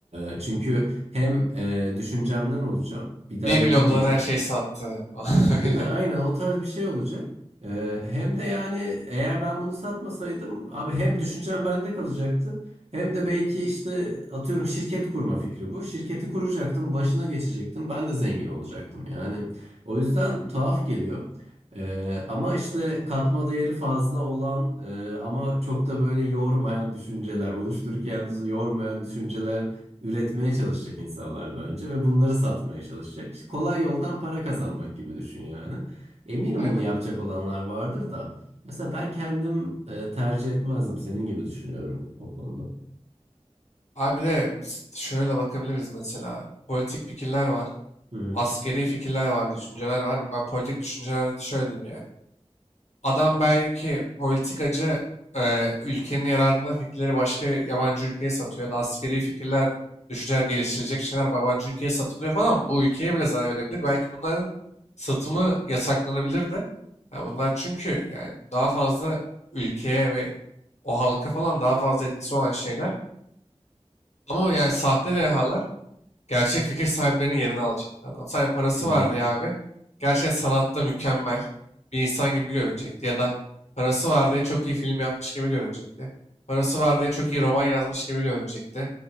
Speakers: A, on the right (about 70°); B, on the left (about 85°).
A: E, çünkü hem e, düşüncemden olacağım bir daha
B: Bir
A: yapamayacağım.
B: milyon dolara her şeyi sattı <laughs> falan
A: Ha,
B: böyle.
A: Değil mi? Aynen o tarz bir şey olacak. Ee, hem de yani eğer ben bunu satmasaydım abi hem düşüncem bende kalacaktı hem de belki işte atıyorum şirket kurma fikri bu. Şirketi kuracaktım, başına geçecektim. Ben de zengin olacaktım. Yani o yüzden tuhaf geliyor. Ee, ama işte katma değeri fazla olan e, ama çok da böyle yormayan düşünceler, oluştururken yormayan düşünceler üretmeye çalışacak insanlar bence ve bunları satmaya çalışacak. İşte kolay yoldan para kazanmak gibi düşün yani. Eminim
B: Aynen.
A: bunu yapacak olanlar vardır da. Mesela ben kendim e, tercih etmezdim. Senin gibi düşünüyorum o konuda.
B: Abi bir de biz şöyle bakabiliriz mesela. Politik fikirler var.
A: Hı hı.
B: Askeri fikirler var, düşünceler var. Ben politik düşünceler şöyle diyeyim yani. Adam belki politikacı e, ülkenin yararına fikirleri başka yabancı ülkeye satıyor ya da askeri fikirler, düşünceler, geliştirecek şeyler yabancı ülkeye satılıyor falan. Bu ülkeye bile zarar verebilir. Belki bunların satımı yasaklanabilir de. Ya bunlar çünkü yani daha fazla ülkeye ve o halka falan daha fazla etkisi olan şeyler. Ama yani sahte dehalar Gerçek fikir sahiplerinin yerini alacaktı adam. Sadece parası
A: Hı hı.
B: vardı ya abi. Gerçekten sanatta mükemmel bir insan gibi görünecekti. Ya da parası var diye çok iyi film yapmış gibi görünecekti. Parası var diye çok iyi roman yazmış gibi görünecekti.